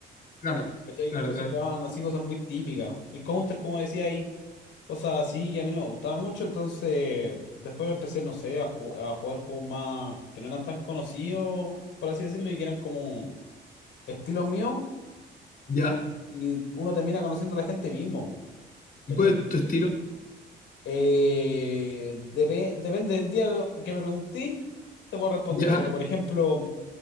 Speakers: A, on the left; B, on the left.
A: Claro,
B: ¿Cachai?
A: claro,
B: Entonces
A: claro.
B: jugaban así cosas muy típicas. El counter, como decía ahí, cosas así, y a mí no me gustaba mucho. Entonces, después me empecé, no sé, a, ju- a jugar juegos más que no eran tan conocidos, por así decirlo, y que eran como estilos míos.
A: ¿Ya?
B: Y, y uno termina conociendo a la gente mismo, po,
A: ¿Y
B: ¿cachai?
A: cuál es tu estilo?
B: Eh, depe- depende del día que me pregunté, te puedo responder,
A: Ya,
B: pero por ejemplo,